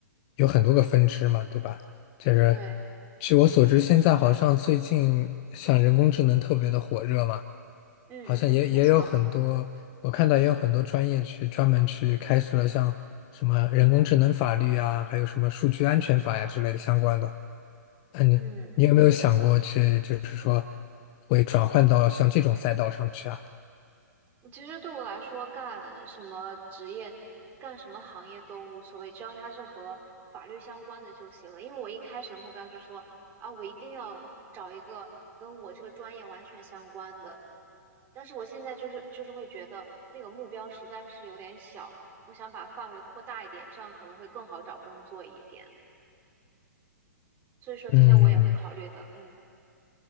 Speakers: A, on the left (about 30°); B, on the right (about 20°).
A: 有很多个分支嘛，对吧？就是
B: 对，
A: 据我所知，现在好像最近像人工智能特别的火热嘛，
B: 嗯嗯嗯，
A: 好像也也有很多，
B: 没错，
A: 我看到也有很多专业去专门去开设了像什么人工智能法律啊，还有什么数据安全法呀之类的相关的。那你你有没有想过去，
B: 嗯。
A: 就是说会转换到像这种赛道上去啊？
B: 其实对我来说，干什么职业、干什么行业都无所谓，只要它是和法律相关的就行了。因为我一开始的目标就说啊，我一定要找一个跟我这个专业完全相关的。但是我现在就是就是会觉得那个目标实在是有点小，我想把范围扩大一点，这样可能会更好找工作一点。所以说这些我也会考虑的。
A: 嗯，
B: 嗯